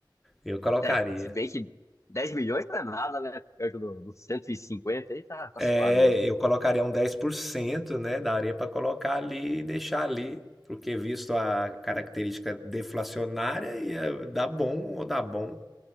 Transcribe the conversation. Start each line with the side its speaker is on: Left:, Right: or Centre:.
Centre: Eu colocaria.
Left: É, se bem que 10 milhões não é nada, né? Perto do- dos 150 aí tá, tá
Centre: É,
Left: suave mesmo.
Centre: eu colocaria um dez por cento né? Daria para colocar ali e deixar ali, porque visto a característica deflacionária, ia dar bom ou dar bom,